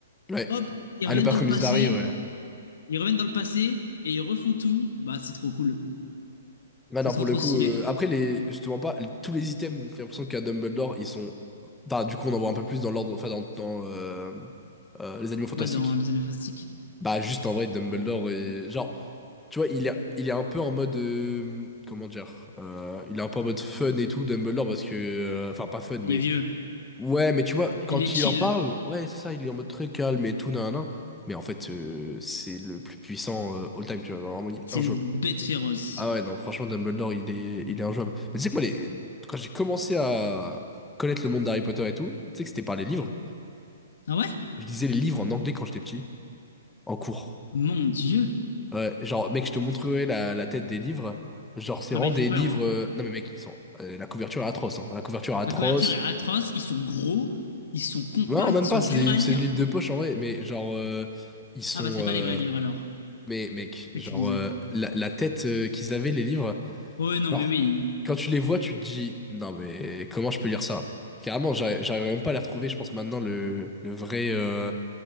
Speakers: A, in the centre; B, on the left.
A: Ouais.
B: Hop, ils
A: Ah,
B: reviennent
A: le patronus
B: dans le passé
A: d'Harry, ouais.
B: Ils reviennent dans le passé et ils refont tout. Bah, c'est trop cool.
A: Ah
B: C'est
A: non,
B: trop,
A: pour
B: trop
A: le coup,
B: stylé.
A: euh, après, les, je te mens pas, les- tous les items, j'ai l'impression qu'à Dumbledore, ils sont. Enfin, du coup, on en voit un peu plus dans l'ordre, enfin, dans, dans, euh, euh, les animaux fantastiques.
B: Ouais, dans Les Animaux Fantastiques.
A: Bah, juste en vrai, Dumbledore, est... genre, tu vois, il est, il est un peu en mode. euh, comment dire? euh, il est un peu en mode fun et tout, Dumbledore, parce que. euh, Enfin, pas fun, mais.
B: Il est vieux.
A: Ouais, mais tu vois, quand
B: Il est chill.
A: il en parle, ouais, c'est ça, il est en mode très calme et tout, nanana. Mais en fait, euh, c'est le plus puissant euh, all time, tu vois. Genre, vraiment, il est
B: C'est
A: injouable.
B: une bête féroce.
A: Ah ouais, non, franchement, Dumbledore, il est, il est injouable. Mais tu sais que moi, les- quand j'ai commencé à connaître le monde d'Harry Potter et tout, tu sais que c'était par les livres.
B: Ah ouais?
A: Je lisais les livres en anglais quand j'étais petit, en cours.
B: Mon Dieu.
A: Ouais, genre, mec, je te montrerai la, la tête des livres. Genre, c'est
B: Ah
A: vraiment
B: bah, ils
A: des
B: font peur,
A: livres.
B: hein.
A: euh, Non, mais mec, ils sont. euh, la couverture est atroce, hein. La couverture est atroce.
B: La couverture est atroce. Ils sont gros. Ils sont compacts.
A: Non, même
B: Ils
A: pas,
B: sont durs
A: c'est des,
B: à lire.
A: c'est des livres de poche en vrai, mais genre, euh, ils sont.
B: Ah bah, c'est
A: euh,
B: pas les vrais livres, alors,
A: mais mec,
B: que
A: genre,
B: tu disais.
A: euh, la, la tête euh, qu'ils avaient, les livres,
B: Ouais, non,
A: genre,
B: mais oui.
A: quand tu les vois, tu te dis, non mais comment je peux lire ça? Carrément, j'arri- j'arriverais même pas à les retrouver, je pense maintenant, le, le vrai, euh,